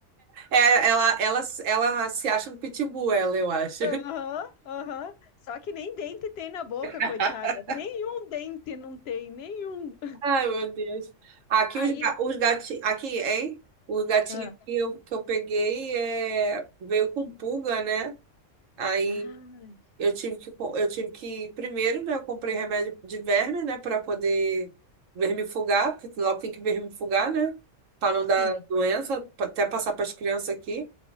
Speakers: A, on the right; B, on the left.
A: É, ela, ela, ela se acha um pitbull, ela, eu acho.
B: Aham, aham. Só que nem dente tem na boca,
A: <laughs>
B: coitada. Nenhum dente não tem, nenhum.
A: Ai, meu Deus. Aqui
B: Aí.
A: os, ga- os gatinhos. Aqui, hein? Os gatinhos
B: ah,
A: que eu, que eu peguei é, veio com pulga, né? Aí
B: ai,
A: eu tive que, co- eu tive que. Primeiro, né? Eu comprei remédio de verme, né? Pra poder vermifugar, porque logo tem que vermifugar, né? Pra não
B: sim,
A: dar doença, pra- até passar pras crianças aqui.